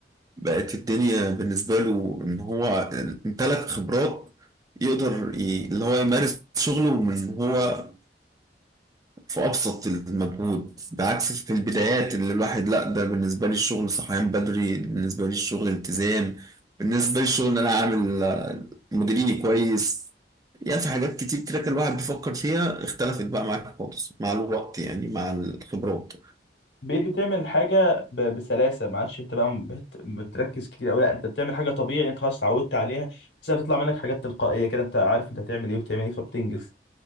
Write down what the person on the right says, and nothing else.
بقت الدنيا بالنسبة له إن هو امتلك خبرات يقدر ي... اللي هو يمارس شغله من هو في أبسط المجهود بعكس في البدايات اللي الواحد لأ ده بالنسبة لي الشغل صحيان بدري بالنسبة لي الشغل التزام بالنسبة لي الشغل إن أنا عامل مديريني كويس يعني في حاجات كتير كده كان الواحد بيفكر فيها اختلفت بقى معاك خالص مع الوقت يعني مع الخبرات